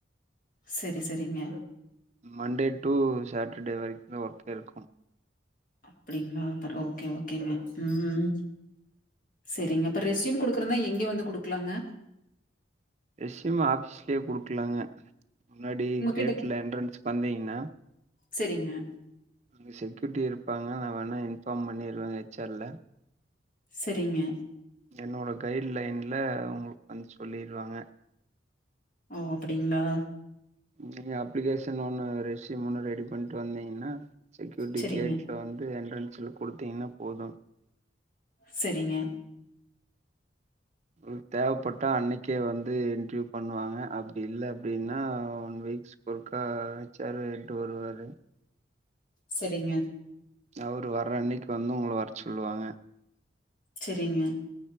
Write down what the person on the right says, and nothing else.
மண்டே டு சேட்டர்டே வரைக்கு ஒர்க் இருக்கு
ரெஸ்யும் ஆபீஸ்ல்யே குடுக்கலாங்க முன்னாடி
கேட்ல என்ட்ரென்ஸ் வந்தீங்ன்னா
அங்கே செக்யூர்ட்டி இருப்பாங்க நா வேணா இன்ஃபாம் பண்ணிர்றே எச் ஆர் ல
என்னோட கைட் லைன்ல உங்களுக்கு வந்து சொல்லிர்வாங்க
நீங்க அப்ளிகேஷன் ஒண்ணு ரெஸும் ஒன்னு ரெடி பண்ணிட் வந்தீங்னா செக்யூரிட்டி
கேட்ல வந்து என்ட்ரன்ஸல குடுத்தீங்னா போது
ம் தேவப்பட்டா அன்னைக்கே வந்து இன்டர்வியூ பண்ணுவாங்க அப்டி இல்ல அப்டீனா ஒன் வீக்ஸ் ஒறுக்கா ஹச்ஆரு என்ட வருவாரு
அவரு வர அன்னைக்கு வந்து உங்கள வரச் சொல்லுவாங்க